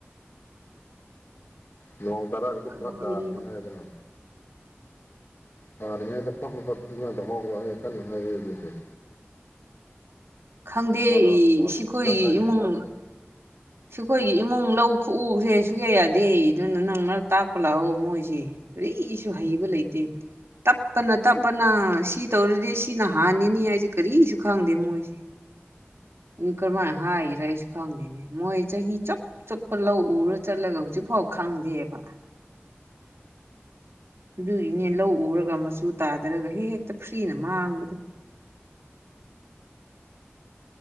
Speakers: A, on the left (about 70°); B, on the right (about 75°).
A: ꯅꯣꯡ ꯇꯥꯔꯛꯑꯒꯗꯤ
B: ꯈꯪꯗꯦ
A: ꯈꯔ ꯇꯥꯔꯅꯤ ꯍꯥꯏꯗꯅ ꯇꯔ ꯃꯗ ꯍ꯭ꯔ ꯀ ꯍꯥꯏꯕꯤꯦ
B: ꯈꯪꯗꯦ
A: ꯐꯖꯅ
B: ꯁꯤꯈꯣꯏꯒꯤ
A: ꯍꯥꯏꯕꯤꯔꯝꯃꯦ
B: ꯏꯃꯨꯡ ꯁꯨꯈꯣꯏꯒꯤ ꯏꯃꯨꯡ ꯂꯧ ꯈꯨꯛꯎꯁꯦ ꯁꯨꯛꯌꯥ ꯌꯥꯗꯦ ꯑꯗꯨꯅ ꯅꯪ ꯃꯔꯛ ꯇꯥꯛꯄ ꯂꯥꯛꯑꫭ ꯃꯣꯏꯁꯦ ꯑꯩ ꯏꯁꯨ ꯍꯩꯕ ꯂꯩꯇꯦ ꯇꯞꯄꯅ ꯇꯞꯄꯅ ꯁꯤ ꯇꯧꯔꯗꯤ ꯁꯤꯅ ꯍꯥꯟꯅꯤꯅꯤ ꯍꯥꯏꯁꯦ ꯀꯔꯤꯁꯨ ꯈꯪꯗꯦ ꯃꯣꯏꯁꯦ ꯀꯔꯃ ꯍꯥꯥ ꯏꯔ ꯁ ꯈꯥꯗꯅꯦ ꯃꯣꯏ ꯆꯍꯤ ꯆꯞ ꯆꯨꯞꯄ ꯂꯧ ꯎꯔ ꯆꯠꯂꯒ ꯍꯧꯖꯤꯛꯐꯥꯎ ꯈꯪꯗꯦꯕ ꯑꯗꯨꯒꯤꯅꯦ ꯂꯧ ꯎꯔꯒ ꯃꯆꯨ ꯇꯥꯗꯔꯒ ꯍꯦꯛ ꯍꯦꯛꯇ ꯐ꯭ꯔꯤꯅ ꯃꯥꯡꯕꯗꯣ